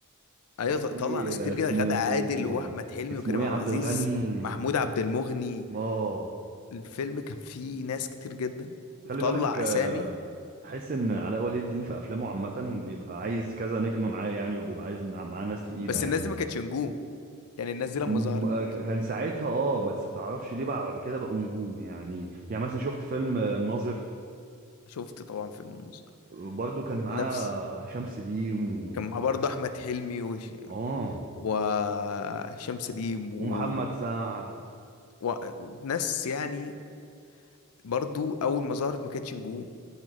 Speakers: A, on the left; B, on the right.
A: ايوه
B: وفي
A: ط- طلع ناس كتير
B: اسمه
A: جدا غادة عادل واحمد حلمي
B: اسمه
A: وكريم
B: ايه
A: عبد
B: عبد
A: العزيز
B: الغني
A: محمود عبد المغني
B: اه
A: الفيلم كان فيه ناس كتير جدا
B: خلي
A: وطلع
B: بالك آه،
A: اسامي
B: تحس ان علاء ولي الدين في افلامه عامه بيبقى عايز كذا نجمه معاه يعني وبيبقى عايز نع- معاه ناس تقيله
A: بس
B: يعني
A: الناس دي ما كانتش نجوم يعني الناس دي لما
B: م-
A: ظهرت
B: آه، ك- كان ساعتها اه بس متعرفش ليه بقى بعد كده بقوا نجوم يعني يعني مثلا شفت فيلم آه، الناظر
A: شفت طبعا فيلم الناظر
B: برضه كان معاه
A: نفس
B: آه، هشام سليم و
A: كان مع برضه
B: عارفه
A: احمد حلمي وش...
B: اه
A: وهشام سليم و...
B: ومحمد سعد
A: و... وناس يعني برضه اول ما ظهرت ما كانتش نجوم